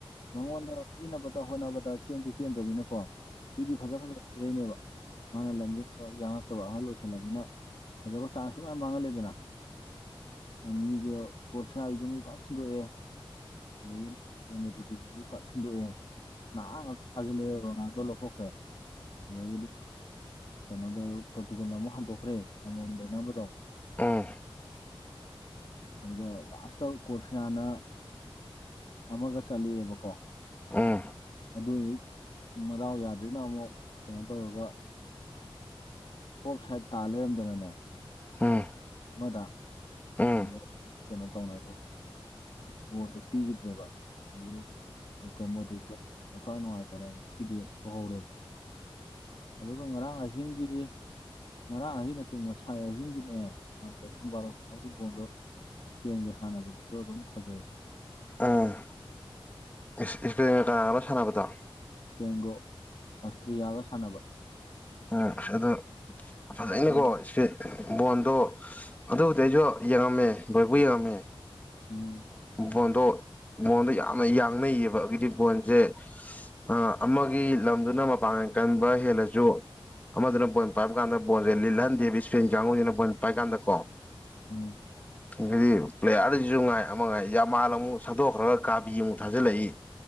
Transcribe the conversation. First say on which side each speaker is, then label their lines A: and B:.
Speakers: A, on the left (about 60°); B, on the left (about 15°).
A: ꯃꯉꯣꯟꯗ ꯄꯤꯅꯕ ꯍꯣꯠꯅꯕꯗ ꯆꯦꯟꯁꯨ ꯆꯦꯟꯗ꯭ꯔꯅꯤꯅꯀꯣ ꯄꯗꯤ ꯐꯖ ꯐꯖꯕ ꯄꯤꯔꯛꯏꯅꯦꯕ ꯃꯥꯅ ꯂꯝꯁꯤ ꯐꯠꯇ꯭ꯔꯕ ꯑꯍꯜ ꯂꯣꯏꯁꯜꯂꯅꯤꯅ ꯐꯖꯕ ꯆꯥꯟꯁꯁꯨ ꯃꯌꯥꯝ ꯃꯥꯡꯍꯜꯂꯦꯗꯅ ꯑꯗꯨꯅ ꯃꯤ ꯀꯔꫭꯁꯤꯌꯥ ꯒꯤꯗꯣ ꯃꯤ ꯄꯥꯛ ꯁꯤꯟꯗꯣꯛꯑꯦꯗꯒꯤ ꯃꯤ ꯄꯠ ꯁꯤꯟꯗꯣꯛꯑꯦ ꯉꯍꯥꯛ ꯉꯍꯥꯛ ꯊꯥꯖꯤꯜꯂꯛꯑꯦ ꯔꯣꯅꯥꯜꯗꯣ ꯂꯧꯊꯣꯛꯈ꯭ꯔꯦ ꯑꯗꯨꯗꯒꯤꯗꯤ ꯀꯩꯅꯣꯗ ꯄꯣꯔꯇꯨꯒꯜ ꯑꯃ ꯍꯟꯗꯣꯛꯈ꯭ꯔꯦ ꯑꯃꯃꯝ ꯂꯩꯝꯕꯗꯣ
B: ꯎꯝ
A: ꯑꯗꯨꯒ ꯂꯥꯁꯇ ꯀ꯭ꯔꯣꯁꯤꯌꯥꯅ ꯑꯃꯒ ꯆꯠꯂꯤꯕꯀꯣ
B: ꯎꯝ
A: ꯑꯗꯨ ꯃꯅꯥꯎ ꯌꯥꯗ꯭ꯔꯦꯅ ꯑꯃꯨꯛ ꯀꯩꯅꯣ ꯇꯧꯔꯒ ꯑꯣꯞ ꯁꯥꯏꯠ ꯇꯥ ꯂꯩꯔꯝꯗꯅꯅꯦ
B: ꯎꯝ
A: ꯑꯃꯗ
B: ꯎꯝ
A: ꯑꯗꯨ
B: ꯎꯝ
A: ꯑꯃꯨꯛ ꯀꯩꯅꯣ ꯇꯧꯅꯈ꯭ꯔꯦ ꯕꯣꯟꯗꯣ ꯄꯤꯈꯤꯗ꯭ꯔꯦꯕ ꯑꯗꯨ ꯑꯗꯨꯒ ꯃꯣꯗ꯭ꯔꯤꯛꯇꯨ ꯃꯊꯋꯥꯏ ꯅꯨꯡꯉꯥꯏꯇꯔꯦ ꯉꯥꯁꯤꯗꯤ ꯄꫭꯍꯧꯔꯦꯗꯅ ꯑꯗꯨꯝ ꯑꯗꯨꯒ ꯉꯔꯥꯡ ꯑꯍꯤꯡꯒꯤ ꯉꯔꯥꯡ ꯑꯍꯤꯡ ꯅꯠꯇꯦ ꯉꯁꯥꯏ ꯑꯍꯤꯡꯒꯤꯅꯦ ꯅꯣꯡꯉꯥꯟꯕ ꯄꯨꯡꯕꯥꯔꯣꯒꯤ ꯕꯣꯜꯗꯣ ꯏꯁꯄꯦꯟꯒ ꯁꯥꯟꯅꯕꯗꯨꯁꯨ ꯑꯗꯨꯝ ꯐꯖꯩ
B: ꯎꯝ ꯏꯁꯄꯦ ꯇꯒ ꯂ ꯁꯥꯟꯅꯕꯗꯣ
A: ꯕꯦꯡꯒꯣ ꯑꯁꯇ꯭ꯔꯤꯌꯥꯒ ꯁꯥꯟꯅꯕ
B: ꯎ ꯑꯗꫭ ꯐꯖꯩꯅꯤꯀꯣ
A: ꯎꯝ
B: ꯏꯁꯄꯤꯠ ꯕꯣꯟꯗꯣ ꯑꯗꯨꯕꯨꯗꯤ ꯑꯩꯁꯨ ꯌꯦꯡꯉꯝꯃꯦ ꯕꯣꯏꯕꯨ ꯌꯦꯡꯉꯝꯃꯦ
A: ꯎꯝ
B: ꯕꯣꯟꯗꯣ ꯕꯣꯟꯗꯣ ꯌꯥꯝꯅ ꯌꯥꯡꯅꯩꯌꯦꯕ ꯑꯗꯤ ꯕꯣꯟꯁꯦ ꯑ ꯑꯃꯒꯤ ꯂꯝꯗꯨꯅ ꯃꯄꯥꯡꯒꯟ ꯀꯟꯕ ꯍꯦꯜꯂꯁꯨ ꯑꯃꯗꯨꯅ ꯕꯣꯟ ꯄꯥꯏꯕ ꯀꯥꯟꯗ ꯕꯣꯣꯟꯁꯦ ꯂꯤꯜꯍꯟꯗꯦꯕ ꯏꯁꯄꯤꯟ ꯀꯥꯡꯨꯅꯤꯅ ꯕꯣꯟ ꯄꯥꯏꯀꯥꯟꯗ ꯀꯣ
A: ꯎꯝ
B: ꯗꯤ ꯄ꯭ꯂꯦꯌꯥꯔꯁꯨꯉꯥꯏ ꯑ ꯌꯥꯝꯃꯥꯟ ꯑꯃꯨꯛ ꯁꯟꯗꯣꯛꯈ꯭ꯔꯒ ꯒꯥꯕꯤ ꯑꯃꯨꯛ ꯊꯥꯖꯤꯜꯂꯛꯏ